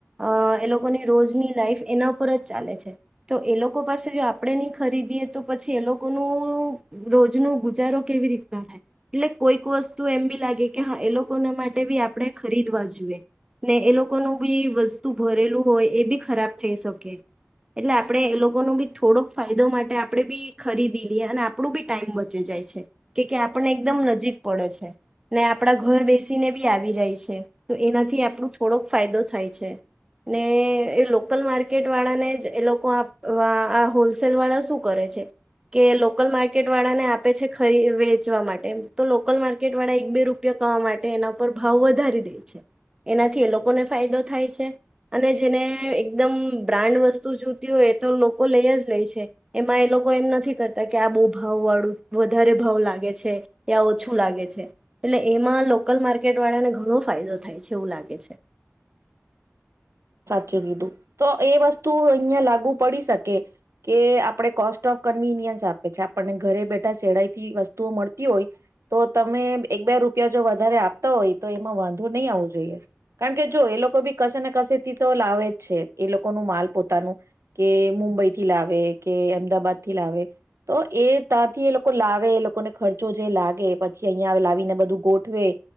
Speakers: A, on the right; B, on the right.
A: અ એ લોકોની રોજની લાઈફ એના ઉપર જ ચાલે છે તો એ લોકો પાસે જો આપણે નહી ખરીદીએ તો પછી એ લોકોનું રોજ ન ગુજારો કેવી રીતના થાય એટલે કોઈક વસ્તુ એમ બી લાગે કે હા એ લોકોના માટે બી આપણે ખરીદવા જોઈએ ને એ લોકોનું બી વસ્તુ ભરેલું હોય એ બી ખરાબ થઈ શકે એટલે આપણેે એ લોકો ન બી થોડોક ફાયદો માટે આપણે બી ખરીદી લઈએ અને આપણું બી ટાઈમ બચી જાય છે કે કે આપને એકદમ નજીક પડે છે ને આપડા ઘર બેસીને બી આવી રહી છે. એનાથી આપણ થોડોક ફાયદો થાય છે ને એ લોકલ માર્કેટ વાળાને જ એ હોલસેલ વાળા શું કરે છે કે લોકલ માર્ ળને આપે છે વેચવા માટે તો લોકલ માર્કેટ વાળા એક બે રૂપિયા કરવા માટે એના પર ભાવ વધારે એનાથી એ લોકોને ફાયદો થાય છે અને જેને એકદમ બ્રાન્ડ વસ્તુ જોતી હોય એ તો લોકો લઈ જ લે છે એમાં એ લોકો એમ નથી કરતા કે આ બ ભાવળ વધારે ભાવ લાગે છે યા ઓછું લાગે છે એટલે એમાં લોકલ માર્કેટ વાળા ઘણો ફાયદો થાય છે એવું લાગે છે.
B: ું કીધું તો એ વસ્તુ અહિયાયા લાગુ પડી શકે કે આપણે કોસ્ટ ઓફ કન્વીનિયન્સ આપે છે આપણને ઘરે બેઠા શેડાઈથી વસ્તુઓ મળતી હોય તો તમે એક બે રૂપિયા જો વધારે આપતા હોય એમાં વાંધો નહીં આવવો જોઈએ કારણ કે જો એ લોકો બી કશે ને કશેથી તો લાવે જ છે એ લોકોનું માલ પોતાનું કે મુંબઈ થી લાવે કે અમદાબાદ થી લાવે તો એ ત્યાંથી એ લોકો લાવે એ લોકોને ખર્ચો જે લાગે પછી અહીયાંયા લાવીને બધું ગોઠવે